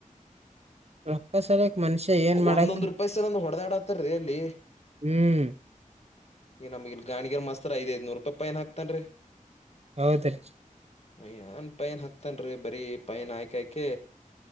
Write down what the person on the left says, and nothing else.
ಒಂದೊಂದ್ ರೂಪಾಯಿ ಸಲ ಒಂದ ಹೊಡೆದಾಡ ಆತಾರೀ ಅಲ್ಲಿ
ಈ ನಮ್ಗ ಗಾಣಿಗರ ಮಸ್ರ್ ಐದ್ ದ್ನೂರು ರೂಪಾಯಿ ಪೈನ್ ಹಾಕ್ತನ್ೀ
ಏನ್ ಪೈನ್ ಹಾಕ್ತನ್ರಿ ಬರೀ ಪೈನ್ ಆಯಕ ಆಯಕ